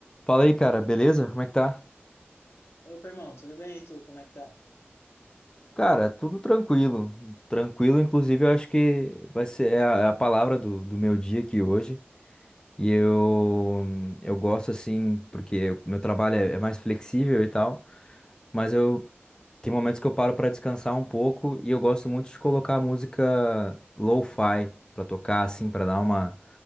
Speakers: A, on the left; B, on the left.
A: Fala aí, cara, beleza? Como é que tá?
B: Opa, irmão, tudo bem? E tu, como é que tá?
A: Cara, tudo tranquilo. Tranquilo, inclusive, eu acho que vai ser é a, é a palavra do, do meu dia aqui hoje. E eu, eu gosto assim, porque o meu trabalho é, é mais flexível e tal, mas eu tem momentos que eu paro pra descansar um pouco e eu gosto muito de colocar música lo-fi pra tocar assim, pra dar uma